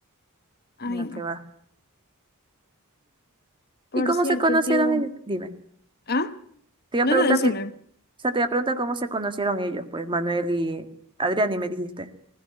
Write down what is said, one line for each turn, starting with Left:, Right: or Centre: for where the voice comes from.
Left: Ay,
Right: No,
Left: no.
Right: que va.
Left: Por
Right: ¿Y cómo
Left: cierto,
Right: se conocieron
Left: tío.
Right: ellos? Dime.
Left: ¿Ah?
Right: Te iba
Left: No,
Right: a preguntar
Left: no, decime.
Right: que, o sea, te iba a preguntar cómo se conocieron ellos, pues Manuel y Adrián, y me dijiste.